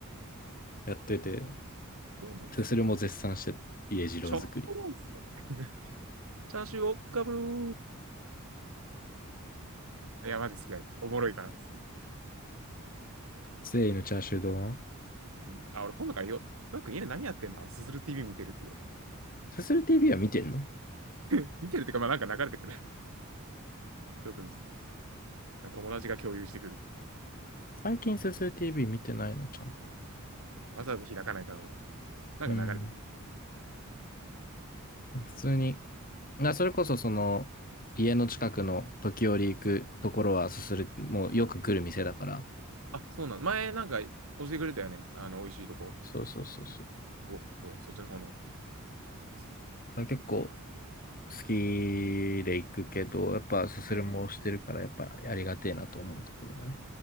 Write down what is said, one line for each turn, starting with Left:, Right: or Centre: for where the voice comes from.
Left: やってて、
Right: <laughs> どうも、
Left: すするも絶賛してた。
Right: そう。
Left: 家次郎作り。
Right: しょっがないですか。<laughs> チャーシューをかぶるー。いや、マジ好きだ。おもろいから好き。
Left: 誠意のチャーシュー丼は
Right: うんあ、俺今度からよ。トラ君家で何やってんのすずる TV 見てるって
Left: すする TV は見てんの
Right: 言う <laughs> 見てるってうか、まあなんか流れてくる。<laughs> ちょっと見せ友達が共有してくる。
Left: 最近すする TV 見てないの、ちゃんと。
Right: わざわざ開かないから、なんか流れてくる。
Left: うん。普通に。あ、それこそその、家の近くの時折行くところはすする、もうよく来る店だから。
Right: あ、そうなの。前なんか教えてくれたよね。あの、美味しいとこ。
Left: そうそうそうそう。
Right: おそうそっちの方の。そうそう
Left: あ結構、好きで行くけど、やっぱすするもしてるから、
Right: ね、
Left: やっぱありがてえなと思うところだね。